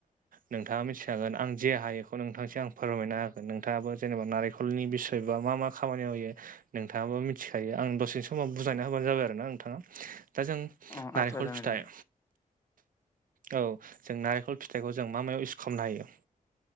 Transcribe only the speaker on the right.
नोंथाङा मिथिखागोन आं जे हायो इखौ नोंथांसो आं फोरमायनो होगोन नोंथाङाबो जेनेबा नारि लनि बिसय बा मा मा खामानियामाव‌ होयो। नोंथाङाबो मिथिखायो आं दसे समाव बुजायनाय होबानो जाबाय आरो ना नोंथाङा। दा जों
नारिखल
फिथाइ
औ जों नारेंखल फिथाइखौ जों मा मायाव इऊस खालामनो हायो।